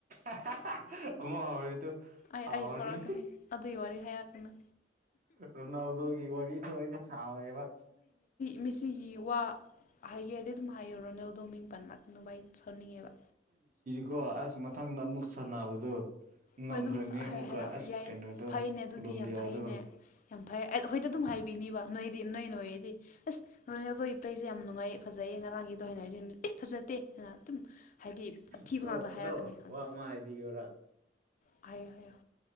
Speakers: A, on the right; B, on the left.
A: ꯑꯍꯍꯍꯍ ꯑꯃꯣꯛ ꯍꯧꯔꯦ ꯇꯣ
B: ꯑꯩ
A: ꯁꯥꯎꯔꯅꯤ
B: ꯑꯩ ꯁꯧꯔꯛꯀꯅꯤ ꯑꯗꯨꯒꯤ ꯋꯥꯔꯤ ꯍꯥꯏꯔꯛꯀꯅꯨ
A: ꯔꯣ ꯔꯣꯅꯥꯜꯗꯣꯒꯤ ꯋꯥꯔꯤ ꯊꯣꯛ ꯁꯕꯅꯦꯕ
B: ꯃꯤꯁꯤꯒꯤ ꯋꯥ ꯍꯥꯏꯒꯦ ꯍꯥꯏꯗꯤ ꯑꯗꯨꯝ ꯍꯥꯏꯌꯨ ꯔꯣꯅꯦꯜ ꯗꯣꯃꯤꯡ ꯄꯥꯟꯂꯥꯛꯀꯅ ꯥꯏ ꯁꯅꯤꯡꯉꯦꯕ
A: ꯀꯣ ꯑꯁ ꯃꯊꯪꯗ ꯑꯃꯨꯛ ꯁꯥꯟꯅꯕꯗꯣ ꯉꯝꯈ꯭ꯔꯅꯤ
B: ꯍꯣꯏ ꯑꯗꯨꯝ ꯍꯥꯏꯔꯛꯑꯣ
A: ꯑꯃꯨꯛꯀ ꯑꯁ
B: ꯌꯥꯏ
A: ꯀꯩꯅꯣꯗꯣ
B: ꯐꯩꯅꯦ ꯑꯗꯨꯗꯤ
A: ꯀꯣꯂꯣꯝꯕꯤꯌꯥꯗꯣ
B: ꯌꯥꯝ ꯐꯩꯅꯦ ꯌꯥꯝ ꯐꯩ ꯑꯩ ꯑꯩꯈꯣꯏꯗꯤ ꯑꯗꯨꯝ ꯍꯥꯏꯕꯤꯅꯤꯕ ꯅꯣꯏꯗꯤ ꯅꯣꯏ ꯅꯣꯏꯗꯤ ꯑꯁ ꯔꯣꯅꯤꯗꯣꯒꯤ ꯄ꯭ꯂꯁꯦ ꯌꯥꯝ ꯅꯨꯡꯉꯥꯏꯌꯦ ꯐꯖꯩꯌꯦ ꯉꯔꯥꯡꯒꯤꯗ ꯑꯣꯏꯅ ꯍꯥꯏꯔꯗꯤ ꯑꯦ ꯐꯖꯗꯦꯅ ꯑꯗꯨꯝ ꯍꯥꯏꯗꯤ ꯑꯊꯤꯕ
A: ꯑꯗꯣ
B: ꯉꯥꯛꯇ
A: ꯑꯗꯣ
B: ꯍꯥꯏꯔꯛꯀꯅꯤ ꯈꯪꯉꯤ
A: ꯋꯥ ꯑꯃ ꯍꯥꯏꯕꯤꯌꯣꯔꯥ
B: ꯍꯥꯏꯌꯣ ꯍꯥꯏꯌꯣ